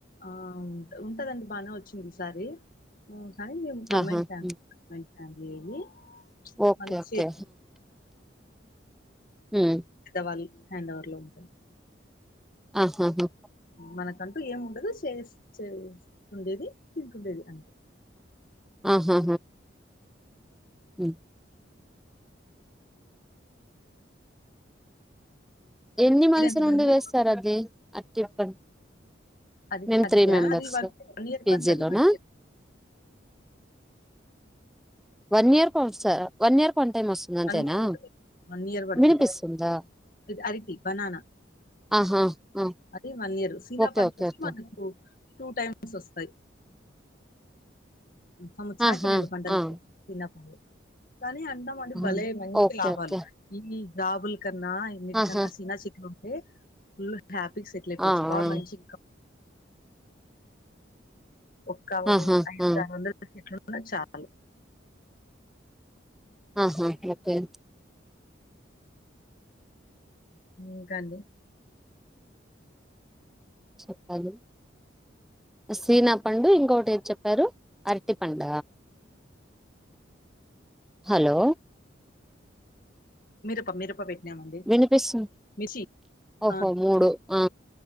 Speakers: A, on the left; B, in the centre.
A: ఆ ఉ ఉంటదండి బానే వచ్చింది ఈసారి కానీ మేము కాంబిన్డ్
B: ఆహా
A: ఫ్యామిలీ
B: ఉమ్.
A: కాంబిన్డ్ ఫ్యామిలీ ఇది
B: ఓకే
A: మంచి
B: ఓకే హ్మ్
A: వాళ్ళు హ్యాండ్ ఓవర్ లో ఉంటది
B: ఆహాహా
A: మనకం టూ ఏముండదు షేర్స్ చేస్తుండేది తింటుండేది అంతే
B: ఆహా ఉ ఎన్ని మంత్స్
A: మీరెంతమంది
B: నుండి వేస్తారు అది అటిపాం <inaudible>
A: అది
B: మేము
A: అద్దా
B: త్రీ మెంబర్స్
A: అది వన్ వన్ ఇయర్
B: పీజీలోనా
A: పంట అది వన్ ఇయర్
B: వన్ ఇయర్ ఒక sir one year one time వస్తుంది అంతేనా
A: వన్ ఇయర్ వన్ ఇయర్ పడుతది
B: వినిపిస్తుందా
A: ఇది అరటి బనానా
B: ఆహా ఆ
A: అది <inaudible>
B: ఓకే ఓకే ఓకే
A: మనకు టూ టైమ్స్ వస్తాయి సంవత్సరానికి
B: ఆహా
A: రెండు పంటలు
B: ఆ,
A: <inaudible> కానీ అంటాం అండి
B: ఉమ్,
A: భలే మంచి
B: ఓకే
A: లాభాలు
B: ఓకే
A: ఈ జాబులు కన్నా ఇన్నిటికన్నా
B: ఆహా
A: సిన చెట్లా ఉంటే ఫుల్ హ్యాపీ సెటిల్ అయిపోవచ్చు
B: ఆ,
A: బాగా
B: ఆ,
A: మంచి ఒక
B: ఆహా
A: అయిదు
B: ఆ,
A: ఆరు వందలు <inaudible> అన్న చాలు
B: ఆహా ఓకే
A: ఇంకా అండి
B: చెప్పాలి సీనా పండు ఇంకొకటి ఏది చెప్పారు అరటి పండ హలో
A: మీరపా మీరపా పెట్టినం అండి
B: వినిపిస్తుంది
A: మిర్చి
B: ఓహో
A: ఆ
B: మూడు ఆ